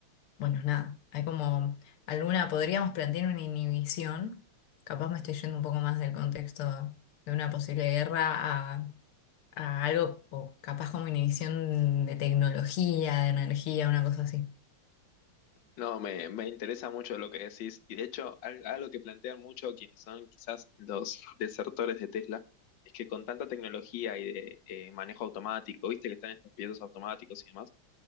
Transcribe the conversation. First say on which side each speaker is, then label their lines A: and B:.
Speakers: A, on the left; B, on the left.
A: bueno, nada, hay como alguna, podríamos plantear una inhibición, capaz me estoy yendo un poco más del contexto de una posible guerra a, a algo o capaz como inhibición de tecnología, de energía, una cosa así.
B: No, me, me interesa mucho lo que decís y de hecho al- algo que plantean mucho quienes son quizás los desertores de Tesla es que con tanta tecnología y de eh, manejo automático, viste que están estos pilotos automáticos y demás,